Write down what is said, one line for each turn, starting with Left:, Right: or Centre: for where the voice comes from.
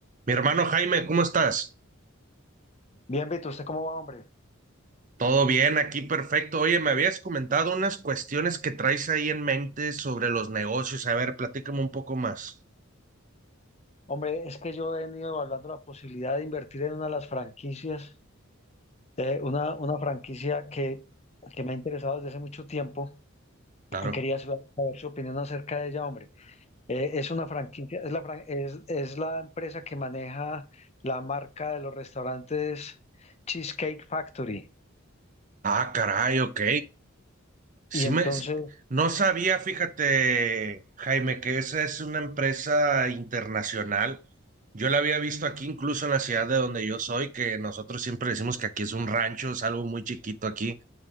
Right: Mi hermano Jaime, ¿cómo estás?
Left: Bien, Beto, ¿usted cómo va, hombre?
Right: Todo bien, aquí perfecto. Oye, me habías comentado unas cuestiones que traes ahí en mente sobre los negocios. A ver, platícame un poco más.
Left: Hombre, es que yo he venido evaluando la posibilidad de invertir en una de las franquicias, eh, una, una franquicia que, que me ha interesado desde hace mucho tiempo
Right: Claro.
Left: y quería sa- saber su opinión acerca de ella, hombre. Eh, es una franquicia, es la, fran- es, es la empresa que maneja la marca de los restaurantes Cheesecake Factory.
Right: Ah, caray, ok. Sí
Left: Y entonces,
Right: me... No sabía, fíjate, Jaime, que esa es una empresa internacional. Yo la había visto aquí, incluso en la ciudad de donde yo soy, que nosotros siempre decimos que aquí es un rancho, es algo muy chiquito aquí.